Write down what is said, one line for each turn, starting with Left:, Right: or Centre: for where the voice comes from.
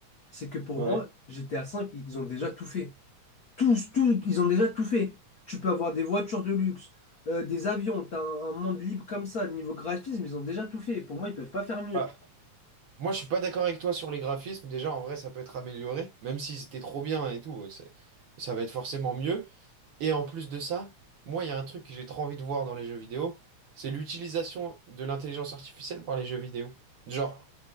Left: C'est que pour
Right: Ouais.
Left: moi, GTA 5, ils ont déjà tout fait. Tous, tous, ils ont déjà tout fait. Tu peux avoir des voitures de luxe, euh, des avions, t'as un, un monde libre comme ça. Niveau graphisme, ils ont déjà tout fait. Pour moi, ils peuvent pas faire mieux.
Right: Ah, moi, je suis pas d'accord avec toi sur les graphismes. Déjà, en vrai, ça peut être amélioré, même s'ils étaient trop bien et tout. Ça, ça va être forcément mieux. Et en plus de ça, moi, il y a un truc que j'ai trop envie de voir dans les jeux vidéo, c'est l'utilisation de l'intelligence artificielle par les jeux vidéo. Genre,